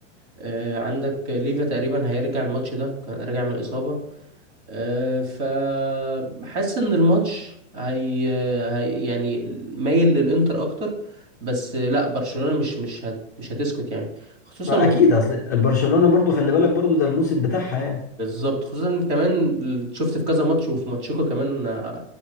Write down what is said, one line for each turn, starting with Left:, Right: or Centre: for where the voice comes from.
Right: آه، عندك ليفا تقريبا هيرجع الماتش ده كان راجع من الإصابة آه، فحاسس ان الماتش هي آه، هي يعني مايل للإنتر اكتر بس آه، لا برشلونة مش مش هت مش هتسكت يعني خصوصا
Left: آه، اكيد اصل البرشلونه برضو خلي بالك برضو ده الموسم بتاعها يعني
Right: بالظبط خصوصا كمان شفت في كذا ماتش وفي ماتشكو كمان آه